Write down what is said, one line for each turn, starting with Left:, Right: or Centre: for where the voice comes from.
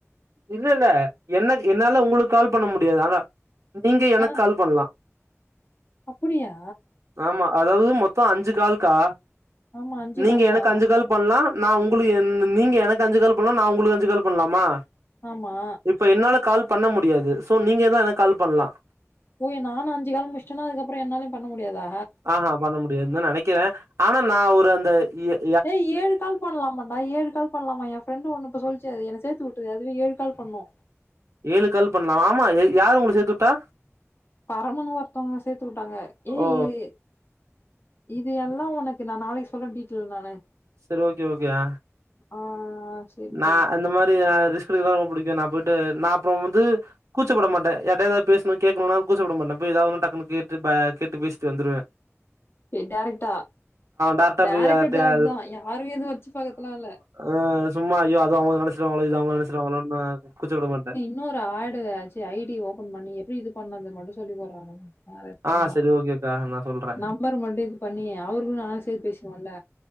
Right: இல்ல இல்ல என்ன என்னால உங்களுக்கு கால் பண்ண முடியாது ஆனா நீங்க எனக்கு
Left: ஆ
Right: கால் பண்ணலா
Left: அப்படியா
Right: ஆமா அதாவது மொத்த அஞ்சு கால்கா
Left: ஆமா
Right: நீங்க
Left: கால்
Right: எனக்கு
Left: தான்.
Right: அஞ்சு கால் பண்ணலாம் நான் உங்களுக்கு எ நீங்க எனக்கு அஞ்சு கால் பண்ணலாம் நா உங்களுக்கு அஞ்சு கால் பண்ணலாமா
Left: ஆமா
Right: இப்ப என்னால கால் பண்ண முடியாது சோ நீங்கதான் எனக்கு கால் பண்ணலாம்
Left: போய் நானு அஞ்சு கால் முடிச்சட்டேனா அதுக்கப்புறம் என்னாலயும் பண்ண முடியாதா
Right: ஆஹா பண்ண முடியாது னுதான் நினைக்கிறேன் ஆனா நான் ஒரு அந்த எ
Left: ஏய் ஏழு கால் பண்ணலாமா நா ஏழு கால் பண்ணலாமா என் ஃபரெண்டு் ஒனு இப்போ சொல்ச்சே என்ன சேத்து விட்டுது அதுவே ஏழு கால் பண்ணு
Right: ஏழு கால் பண்ணலாம் ஆமா யாரு உங்களுக்கு சேத்து விட்டா
Left: பரமுணு ஒருத்தவங்க சேத்து விட்டாங்க ஏ
Right: ஓ
Left: இது இது எல்லாம் உனக்கு நா நாளைக்கு சொல்றேன் டீட்டல் நானு
Right: செரி ஓகே ஓகே அ
Left: ஆ சரி,
Right: நா
Left: சரி.
Right: இந்த மாரி ரிஸ்க எடுக்க எல்லா ரொம்ப பிடிக்கும் நா போயிட்டு நான் அப்ரோம் வந்து கூச்சப்பட மாட்டேன் யார்ட்டயா ஏதா பேசணும் கேட்கணும்ன கூச்சப்பட மாட்டேன் இப்ப ஏதாவதும் டக்குனு கேட்டு கேட்டு பேசிட்டு வந்துடுவேன்
Left: டேரட்டா
Right: டேரக்டா
Left: டேரக்ட்
Right: போய் யார்ட்டயா
Left: டு டேரக்ட் தான் யாரயும் எதுவும் வச்சு பாக்கத்துலாம் இல்ல
Right: ஆஹ் சும்மா ஐய அது அவங்க நினைச்சிருவாங்களோ இது அவங்க நினைச்சுருவாங்களோனு நா கூச்சப்பட மாட்டேன்
Left: சும்மா ஒரு ஆடு ஆச்சு ஐ டி ஓபன் பண்ணி எப்படி இது பண்ணது மட்டும் சொல்லி போடுறாங்க வே
Right: ஆ
Left: வேணாம்
Right: சரி ஓகேக்கா நா சொல்றே
Left: நம்பர் மட்டும் இது பண்ணி அவர்களும் நானா சேத்து பேசுவோம்ல